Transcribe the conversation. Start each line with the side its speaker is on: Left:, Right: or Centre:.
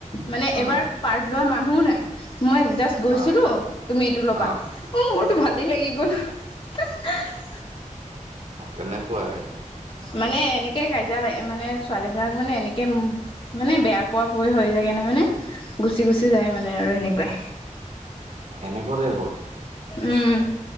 Left: মানে এইবাৰ
Right: উম
Left: পাৰ্ট লোৱা মানুহো নাই। মই জাষ্ট গৈছিলোঁ
Right: আহ
Left: তুমি এইটো ল'বা
Right: আহ
Left: উম, মোৰতো ভালেই লাগি গ'ল। <unintelligible>
Right: কেনেকুৱা আহে?
Left: মানে এনেকে কাজিয়া লাগে মানে ছোৱালী বিলাক মানে এনেকে মানে বেয়া পোৱা পৰি হৈ যায় কাৰণে মানে গুচি গুচি যায় মানে আৰু এনেকুৱাই।
Right: এনেকুৱা টাইপৰ
Left: উম,